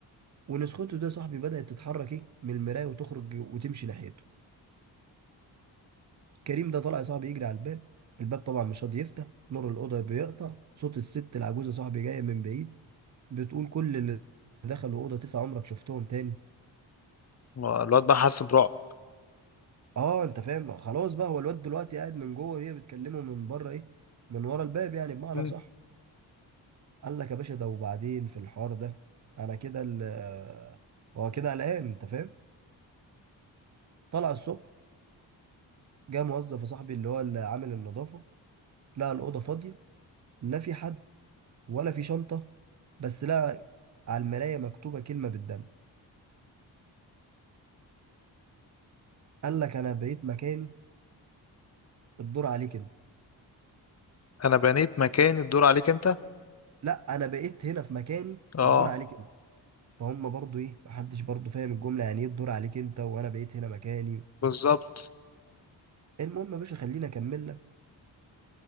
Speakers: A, on the right (about 40°); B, on the left (about 35°).
A: ولسخوته ده يا صاحبي بدأت تتحرك ايه من المراية وتخرج وتمشي ناحيته كريم ده طلع يا صاحبي يجري على الباب الباب طبعا مش راضي يفتح نور الأوضة بيقطع صوت الست العجوزة يا صاحبي جاية من بعيد بتقول كل اللي دخلوا أوضة تسعة عمرك شفتهم تاني
B: آه، الواد بقى حس برعب
A: اه انت فاهم خلاص بقى هو الواد دلوقتي قاعد من جوه وهي بتكلمه من بره ايه من ورا الباب يعني بمعنى
B: مم.
A: صح قال لك يا باشا ده وبعدين في الحوار ده انا كده ال- هو كده قلقان انت فاهم طلع الصبح جه موظف يا صاحبي اللي هو اللي عامل النظافة لقى الأوضة فاضية لا في حد ولا في شنطة بس لقى على المراية مكتوبة كلمة بالدم قال لك أنا بقيت مكاني الدور عليك أنت
B: أنا بنيت مكاني الدور عليك أنت
A: لا أنا بقيت هنا في مكاني
B: اه
A: الدور عليك أنت فهم برضو إيه محدش برضو فاهم الجملة يعني إيه الدور عليك أنت وأنا بقيت هنا مكاني
B: بالظبط
A: المهم يا باشا خليني أكمل لك